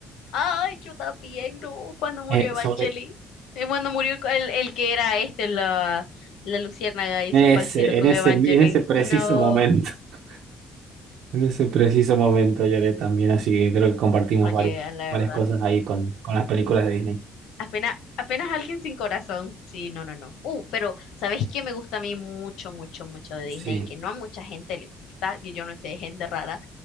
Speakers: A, on the left; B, on the right.
A: Ay, yo también, no. Cuando murió
B: eh,
A: Evangeli.
B: sobre
A: Eh, Cuando murió el, el que era este, la, la luciérnaga y
B: en
A: se
B: ese,
A: fue al cielo con
B: en ese,
A: Evangeline.
B: en ese preciso
A: No,
B: momento. <laughs> En ese preciso momento lloré también, así que creo que compartimos
A: no
B: varias,
A: llega, la
B: varias
A: verdad.
B: cosas ahí con, con las películas de Disney.
A: Apenas, apenas alguien sin corazón. Sí, no, no, no. Uh, pero ¿sabes qué me gusta a mí mucho, mucho, mucho de Disney?
B: Sí.
A: Y que no a mucha gente le gusta, que yo no sé, gente rara,